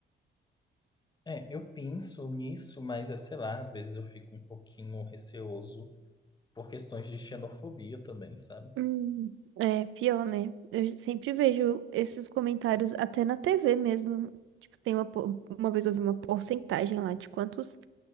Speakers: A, on the left; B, on the right.
A: É, eu penso nisso, mas, é, sei lá, às vezes eu fico um pouquinho receoso por questões de xenofobia também, sabe?
B: Hum, é pior, né? Eu sempre vejo esses comentários até na TV mesmo. Tipo, tem uma, por- uma vez eu vi uma porcentagem lá de quantos